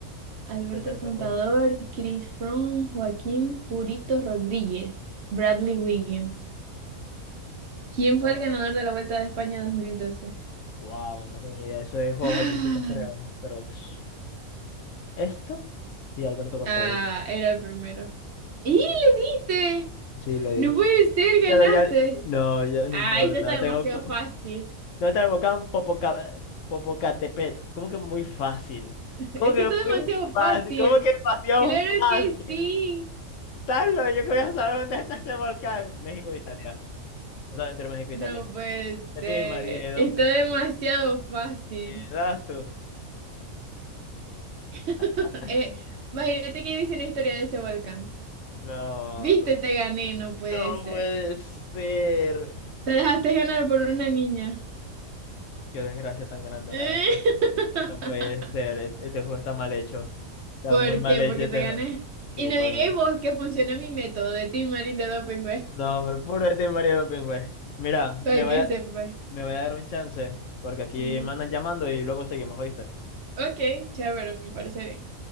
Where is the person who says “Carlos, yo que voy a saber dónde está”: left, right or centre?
Left